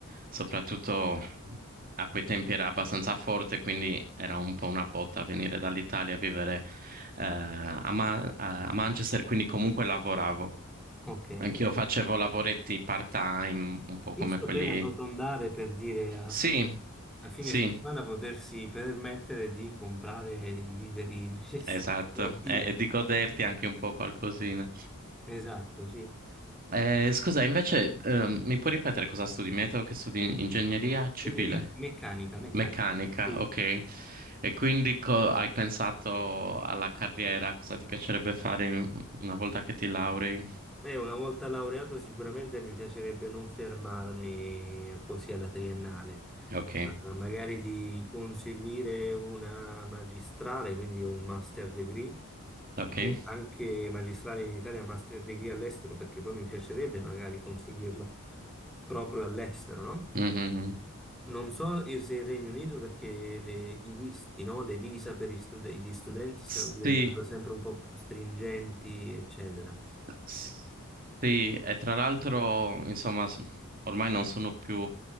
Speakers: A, on the right; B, in the centre.
A: soprattutto a quei tempi, era abbastanza forte, quindi era un po' una botta venire dall'Italia a vivere eh, a, Ma- a Manchester, quindi comunque lavoravo.
B: Ok,
A: Anch'io
B: ok.
A: facevo lavoretti part-time, un po'
B: giusto
A: come quelli...
B: per arrotondare, per dire a
A: Sì,
B: fi- a fine,
A: sì,
B: settimana potersi permettere di comprare i viveri <laughs> necessari
A: esatto,
B: per vivere.
A: e, e di goderti anche un po' qualcosina.
B: Esatto, sì.
A: Eh, scusa, invece, ehm, mi puoi ripetere cosa studi? Mi hai detto che studi ingegneria civile?
B: Quindi io- meccanica, meccanica.
A: Meccanica,
B: Sì.
A: ok. E quindi co- hai pensato alla carriera, cosa ti piacerebbe fare in- una volta che ti laurei?
B: E una volta laureato sicuramente mi piacerebbe non fermarmi così alla triennale,
A: Ok,
B: ma magari di conseguire una magistrale, quindi un master degree,
A: ok.
B: e anche magistrale in Italia, master degree all'estero, perché poi mi piacerebbe magari conseguirla proprio all'estero, no?
A: Mhm.
B: Non so e se il Regno Unito perché le- i visti, no? Le visa per i stud- gli studenti stanno
A: Sì,
B: diventando sempre un po' più stringenti, eccetera.
A: S- Sì, e tra l'altro, insomma, s- ormai non sono più